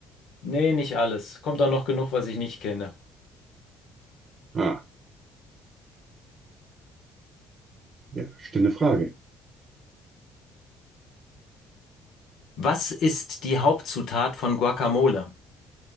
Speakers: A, on the left; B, on the right.
A: Nee, nicht alles. Kommt auch noch genug, was ich nicht kenne.
B: Ah, ja, stille Frage.
A: Was ist die Hauptzutat von Guacamole?